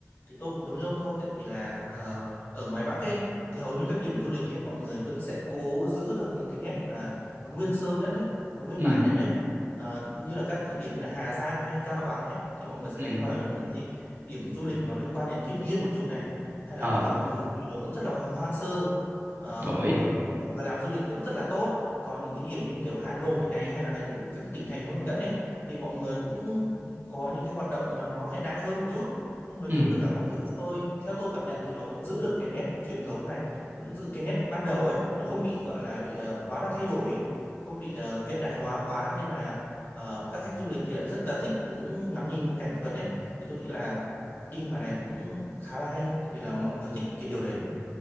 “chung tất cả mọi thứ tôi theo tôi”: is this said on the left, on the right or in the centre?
Left